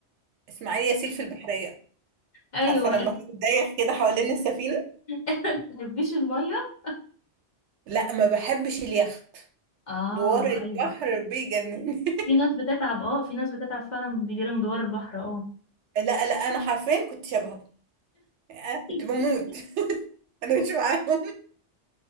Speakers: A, on the right; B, on the left.
A: اسماعيل ياسين في البحريه انت
B: ايوه
A: عارفه لما كان دايخ كده حوالين السفينه
B: <laughs> بتحبيش الميه
A: لا ما بحبش اليخت
B: اه
A: دوار البحر
B: ايوه
A: بيجنني
B: في ناس بتتعب اه في ناس بتتعب فعلا بيجي لهم دوار البحر اه
A: <laughs> لا لا انا حرفيا كنت شبهه يعني انا كنت
B: <laughs>
A: بموت <laughs> انا مش معاهم